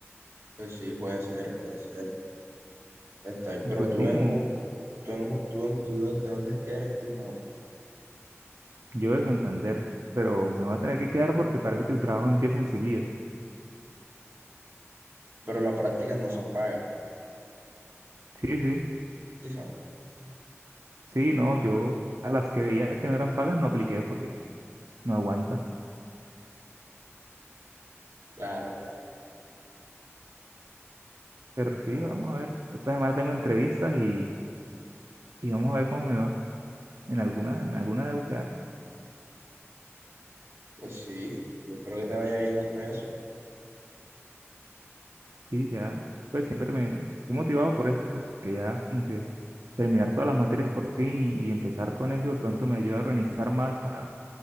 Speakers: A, on the right; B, on the right.
A: Pues sí, puede ser, puede ser. Está ahí.
B: Y
A: Pero
B: pues
A: tú
B: sí,
A: en,
B: como
A: Ju- tú en, Ju- tú en, tú de de dónde es que eres tú, man?
B: yo de Santander, pero me voy a tener que quedar porque parece que el trabajo empieza enseguida.
A: Pero las prácticas no son pagas.
B: Sí, sí,
A: Sí, son.
B: sí, no, yo a las que veía que no eran pagas no apliqué porque no aguanta.
A: Claro, claro.
B: Pero sí,
A: Oh,
B: vamos a ver. Esta semana tengo entrevistas y, y vamos a ver cómo me va. En alguna, en alguna de bucear.
A: Pues sí, yo espero que te vaya bien con eso.
B: Sí, ya, pues siempre me estoy motivado por eso, pues, que ya como que terminar todas las materias por fin y, y empezar con eso de pronto me ayuda a organizar más para,